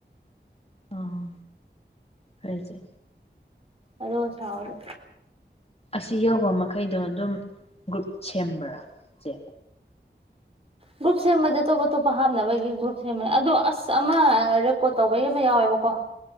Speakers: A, on the left (about 35°); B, on the right (about 30°).
A: ꯑꯥ ꯍꯣꯏ ꯏꯆꯦ
B: ꯑꯗꯨꯒ ꯁꯥꯎꯗ
A: ꯑꯁꯤ ꯌꯧꯕ ꯃꯈꯩꯗꯣ ꯑꯗꯨꯝ ꯒ꯭ꯔꯨꯞ ꯁꯦꯝꯕ꯭ꯔꯥ ꯢꯆꯦ
B: ꯒ꯭ꯔꯨꯞ ꯁꯦꯝꯕꯗꯤ ꯑꯇꯣꯞ ꯑꯇꯣꯞꯄ ꯍꯥꯞꯅꯕꯒꯤ ꯒ꯭ꯔꯨꯞ ꯁꯦꯝꯕꯅꯤ ꯑꯗꯣ ꯑꯁ ꯑꯃ ꯔꯦꯀꯣꯠ ꯇꯧꯕꯩ ꯑꯃ ꯌꯥꯎꯋꯦꯕꯀꯣ